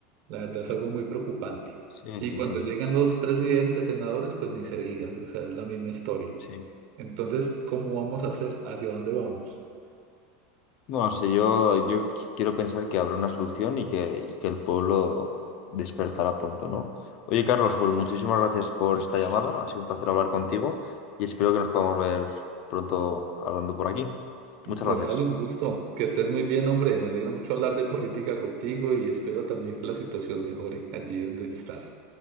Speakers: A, on the right; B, on the left.
A: La verdad
B: Sí,
A: es algo muy preocupante.
B: sí,
A: Y
B: sí,
A: cuando
B: sí.
A: llegan los presidentes, senadores, pues ni se diga, o sea, es la misma historia.
B: sí.
A: Entonces, ¿cómo vamos a hacer? ¿Hacia dónde vamos?
B: No, sé, yo, yo quiero pensar que habrá una solución y que, y que el pueblo despertará pronto, ¿no? Oye, Carlos, pues muchísimas gracias por esta llamada. Ha sido un placer hablar contigo y espero que nos podamos ver pronto hablando por aquí. Muchas
A: Gonzalo,
B: gracias.
A: un gusto. Que estés muy bien, hombre. Me alegra mucho hablar de política contigo y espero también que la situación mejore allí donde estás.